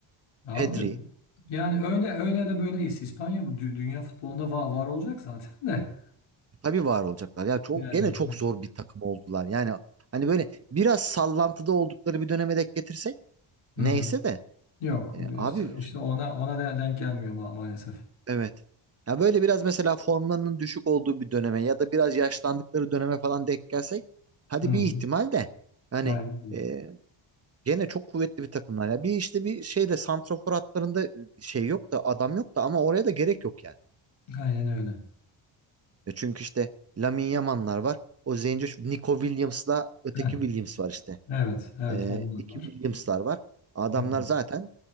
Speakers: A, on the left; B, on the right.
A: Abi
B: Pedri
A: yani öyle öyle de böyle is- İspanya bu dü- dünya futbolunda var, var olacak zaten de.
B: Tabii var olacaklar. Ya çok
A: Yani
B: gene çok zor bir takım oldular. Yani hani böyle biraz sallantıda oldukları bir döneme denk getirsek
A: hı
B: neyse
A: hı.
B: de
A: Yok
B: e, abi
A: işte işte ona ona de- denk gelmiyor ma maalesef.
B: evet. Ya böyle biraz mesela formlarının düşük olduğu bir döneme ya da biraz yaşlandıkları döneme falan denk gelsek hadi
A: Hı hı.
B: bir ihtimal de hani
A: Aynen,
B: e, gene çok kuvvetli bir takımlar. Ya bir işte bir şeyde santrafor hatlarında e, şey yok da adam yok da ama oraya da gerek yok yani.
A: aynen öyle.
B: E çünkü işte Lamine Yamal'lar var. O Zenci Nico Williams'la öteki
A: Heh,
B: Williams var işte.
A: evet evet
B: E,
A: onlar
B: iki
A: var.
B: Williams'lar var. Adamlar
A: Hı hı.
B: zaten